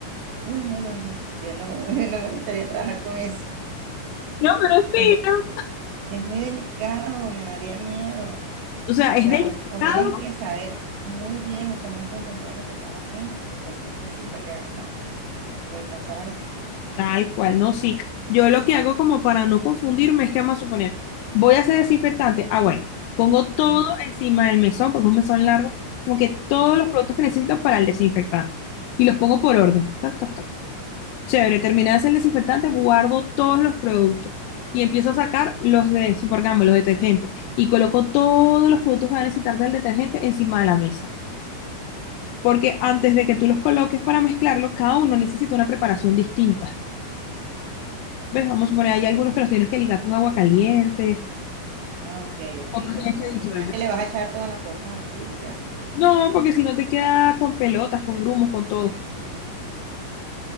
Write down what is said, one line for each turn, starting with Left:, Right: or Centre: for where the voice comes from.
Right: Uy, no, no, no. Yo no, <laughs> no me gustaría trabajar con eso.
Left: No, pero es fino.
Right: Es, es muy delicado, me daría miedo.
Left: O sea, es
Right: O sea,
Left: delicado.
Right: o, o tienes que saber muy bien, o estar muy concentrado en lo que estás haciendo, porque cualquier cosita que hagas mal puede pasar algo.
Left: Tal cual, no, sí. Yo lo que hago como para no confundirme es que vamos a suponer, voy a hacer desinfectante. Ah, bueno, pongo todo
Right: Ujú.
Left: encima del mesón, porque es un mesón largo, como que todos los productos que necesito para el desinfectante. Y los pongo por orden. Ta, ta, ta, ta. Chévere, terminé de hacer el desinfectante, guardo todos los productos y empiezo a sacar los de Supergamo, los detergentes. Y coloco todos los productos que van a necesitar del detergente encima de la mesa. Porque antes de que tú los coloques para mezclarlo, cada uno necesita una preparación distinta. ¿Ves? Vamos a poner, hay algunos que los tienes que ligar con agua caliente,
Right: Ah, Ok, ok,
Left: otros tienes
Right: no,
Left: que disolver.
Right: no es que le vas a echar todas las cosas así y ya.
Left: No, porque si no te queda con pelotas, con grumos, con todo.
Right: Mm,